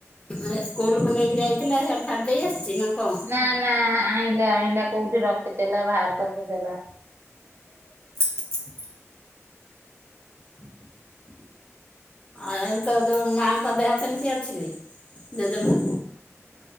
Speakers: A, on the left (about 20°); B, on the right (about 60°).
A: ସ୍କୁଲକୁୁ ନେଇକି ଯାଇଥିଲା ସେଠ ଛାଡି ଦେଇ ଆସିୁଚି ନା କଣ?
B: ନା ନା ଆଣିଲେ ଆଣିଲେ କୋଉଠି ରଖିଥିଲା ବାହାର କରିକି ଦେଲା। <unintelligible> <inaudible>
A: ଆଉ ତ ଯୋଉ ମାଙ୍କ ଦେହ କେମିତି ଅଛି ରେ ଜଜେମା?